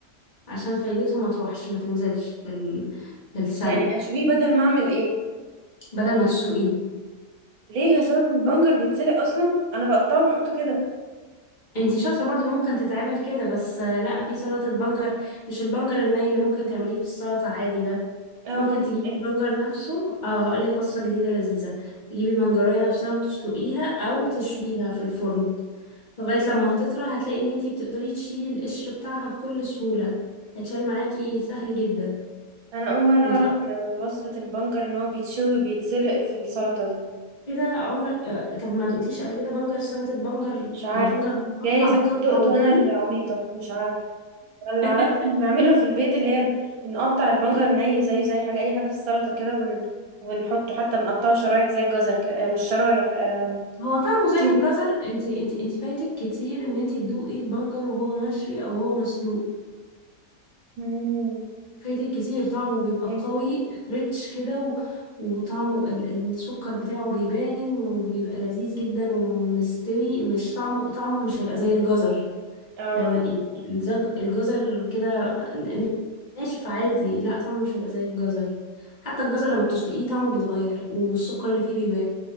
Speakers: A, on the left; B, on the right.
A: عشان فايدته ما تروحش ما تنزلش في ال... في السلق
B: يعني اشويه بدل ما اعمل ايه
A: بدل ما تسلقيه
B: ليه يا سلطة البنجر بيتسلق اصلا انا بقطعه وبحطه كده
A: انتي شاطرة برضو ممكن تتعمل كده بس آه، لا في سلطة بنجر مش البنجر الني اللي ممكن تعمليه في السلطة عادي ده ممكن
B: اه
A: تجيبي
B: إيه؟
A: البنجر نفسه اه هقولك وصفة جديدة لذيذة تجيبي بنجراية نفسها وتسلقيها او تشويها في الفرن لغاية لما هتطرى هتلاقي ان انتي بتقدري تشيلي القشر بتاعها بكل سهولة هيتشال معاكي سهل جدا
B: انا اول مره
A: وتقطعي
B: اعرف وصفه البنجر ان هو بيتشوي وبيتسلق في السلطه دي
A: كده عمر آه، طب ما دقتيش قبل كده بنجر سلطة بنجر
B: مش عارف
A: البنجر
B: جايز
A: مقطع قطع
B: اكون دقت
A: وطري
B: وانا العبيطه مش عارف اللي
A: <laughs>
B: اعرفه بنعملها في البيت اللي هي الب- بنقطع البنجر ني زيه زي حاجه اي حاجه في السلطه كده وبن... وبنحطه حتى بنقطعه شرايح زي الجزر ك... آه، مش شرايح آم،
A: هو طعمه زي
B: شوربة.
A: الجزر انت انت انت فايتك كتير ان انت تدوقي البنجر وهو مشوي او هو مسلوق
B: مم،
A: فايتك كتير طعمه بيبقى
B: حلو
A: قوي ريتش كده و... وطعمه ال- السكر بتاعه بيبان وبيبقى لذيذ جدا ومستوي مش طعمه طعمه مش هيبقى زي الجزر
B: اه
A: لو الزج- الجزر كده ن- ناشف عادي لا طعمه مش هيبقى زي الجزر حتى الجزر لما بتسلقيه طعمه بيتغير والسكر اللي فيه بيبان